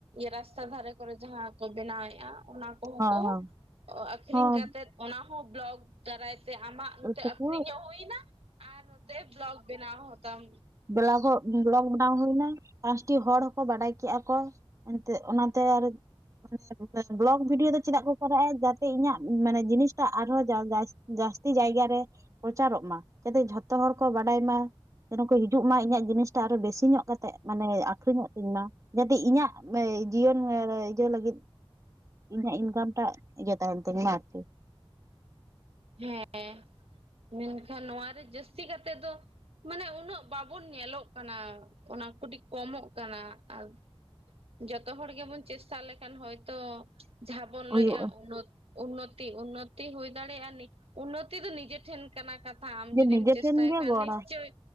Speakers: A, on the right; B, on the right.
A: ᱨᱟᱥᱛᱟ ᱫᱷᱟᱨᱮ ᱠᱚᱨᱮ ᱡᱟᱦᱟᱸ ᱠᱚ ᱵᱮᱱᱟᱣᱮᱫᱼᱟ᱾ ᱚᱱᱟ ᱠᱚᱦᱚᱸ
B: ᱦᱚᱸ
A: ᱠᱚ ᱟᱹᱠᱷᱨᱤᱧ
B: ᱦᱚᱸ
A: ᱠᱟᱛᱮᱫ ᱚᱱᱟ ᱦᱚᱸ ᱵᱚᱞᱚᱜᱽ ᱫᱟᱨᱟᱭ ᱛᱮ ᱟᱢᱟᱜ ᱱᱚᱛᱮ
B: ᱛᱟᱠᱚ
A: ᱟᱹᱠᱷᱨᱤᱧ ᱦᱚᱸ ᱦᱩᱭ ᱮᱱᱟ ᱟᱨ ᱱᱚᱛᱮ ᱵᱚᱞᱚᱜᱽ ᱵᱮᱱᱟᱣ ᱦᱚᱸ ᱛᱟᱢ
B: <unintelligible> ᱦᱚᱸ ᱵᱚᱞᱚᱠ ᱵᱮᱱᱟᱣ ᱦᱩᱭ ᱱᱟᱭ ᱯᱟᱸᱪᱴᱤ ᱦᱚᱲ ᱦᱚᱸᱠᱚ ᱵᱟᱰᱟᱭ ᱠᱮᱜᱼᱟᱠᱚ ᱮᱱᱛᱮ ᱚᱱᱟᱛᱮ ᱟᱨ <unintelligible> ᱵᱚᱞᱚᱜᱽ ᱵᱷᱤᱰᱭᱳ ᱫᱚ ᱪᱮᱫᱟᱜ ᱠᱚ ᱠᱚᱨᱟᱣᱮᱜᱼᱟ, ᱡᱟᱛᱮ ᱤᱧᱟᱹᱜ ᱢᱟᱱᱮ ᱡᱤᱱᱤᱥᱴᱟᱜ ᱟᱨᱦᱚᱸ <unintelligible> ᱡᱟᱹᱥᱛᱤ ᱡᱟᱭᱜᱟ ᱨᱮ ᱯᱨᱚᱪᱟᱨᱚᱜ ᱢᱟ, ᱡᱟᱛᱮ ᱡᱷᱚᱛᱚ ᱦᱚᱲ ᱠᱚ ᱵᱟᱰᱟᱭ ᱢᱟ᱾ ᱡᱮᱱᱚ ᱠᱚ ᱦᱤᱡᱩᱜ ᱢᱟ ᱤᱧᱟᱜ ᱡᱤᱱᱤᱥᱴᱟᱜ ᱟᱨᱦᱚᱸ ᱵᱮᱥᱤ ᱧᱚᱜ ᱠᱟᱛᱮᱜ ᱢᱟᱱᱮ ᱟᱹᱠᱷᱨᱤᱧᱚᱜ ᱛᱤᱧ ᱢᱟ᱾ ᱡᱟᱛᱮ ᱤᱧᱟᱜ ᱮ ᱡᱤᱭᱚᱱ ᱤᱭᱟᱹ ᱞᱟᱹᱜᱤᱫ᱾ ᱤᱧᱟᱜ ᱤᱱᱠᱟᱢ ᱴᱟᱜ ᱤᱭᱟᱹ ᱛᱟᱦᱮᱱ ᱛᱤᱧ ᱢᱟ ᱟᱨᱠᱤ᱾
A: ᱦᱮᱸ ᱢᱮᱱᱠᱷᱟᱱ ᱱᱚᱣᱟᱨᱮ ᱡᱟᱹᱥᱛᱤ ᱠᱟᱛᱮ ᱫᱚ᱾ ᱢᱟᱱᱮ ᱩᱱᱟᱹᱜ ᱵᱟᱵᱚᱱ ᱧᱮᱞᱚᱜ ᱠᱟᱱᱟ, ᱚᱱᱟ ᱠᱟᱹᱴᱤᱡ ᱠᱚᱢᱚᱜ ᱠᱟᱱᱟ ᱟᱨ
B: <inaudible>
A: ᱡᱚᱛᱚ ᱦᱚᱲ ᱜᱮᱵᱚᱱ ᱪᱮᱥᱴᱟ ᱞᱮᱠᱷᱟᱱ ᱦᱚᱭᱛᱚ ᱡᱟᱦᱟᱸ ᱵᱚᱱ
B: ᱦᱩᱭᱩᱜᱼᱟ
A: ᱞᱟᱹᱭᱮᱜᱼᱟ ᱩᱱᱟᱹᱜ ᱩᱱᱱᱚᱛᱤ ᱩᱱᱱᱚᱛᱤ ᱦᱩᱭ ᱫᱟᱲᱮᱭᱟᱜᱼᱟᱱ ᱩᱱᱱᱚᱛᱤ ᱫᱚ ᱱᱤᱡᱮ ᱴᱷᱮᱱ ᱠᱟᱱᱟ ᱠᱟᱛᱷᱟ ᱟᱢ
B: ᱡᱮ
A: ᱡᱩᱫᱤᱢ
B: ᱱᱤᱡᱮ
A: ᱪᱮᱥᱴᱟᱭ
B: ᱴᱷᱮᱱ ᱜᱮ
A: ᱠᱷᱟᱱ
B: ᱜᱚᱲᱟ
A: ᱱᱤᱥᱪᱚᱭ